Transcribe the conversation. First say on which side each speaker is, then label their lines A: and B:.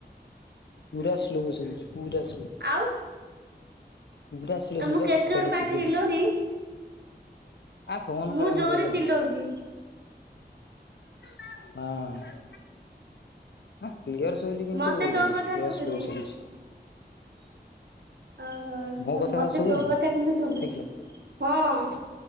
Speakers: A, on the left (about 80°); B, on the right (about 70°).
A: ପୁରା ସ୍ଲୋ ଶୁବୁଛି ପୁରା ସ୍ଲୋ।
B: ଆଉ।
A: ପୁରା ସ୍ଲୋ ଶୁବୁଚି
B: ମୁଁ
A: ପା
B: କେତେ
A: ଟୋଟାଲି
B: ଜୋର ପାଟିରେ
A: ଶୁବୁନି।
B: ଚିଲଉଛି
A: ଆ ଫୋନ
B: ମୁଁ
A: ଖରାପ
B: ଜୋରରେ
A: ମୋତେ ଲାଗୁଚି
B: ଚିଲଉଛି
A: ହାଁ। କ୍ଲିୟର ଶୁବୁଚି କିନ୍ତୁ
B: ମତେ ତୋ କଥା
A: ପୁରା
B: ଶୁଭୁଛି।
A: ସ୍ଲୋ ଶୁବୁଚି।
B: ଅ ହ
A: ମୋ କଥା
B: ମତେ
A: ତତେ ଶୁଭୁଛି
B: ତୋ କଥା କିନ୍ତୁ ଶୁଭୁଚି
A: ଠିକ ସେ
B: ହଁ।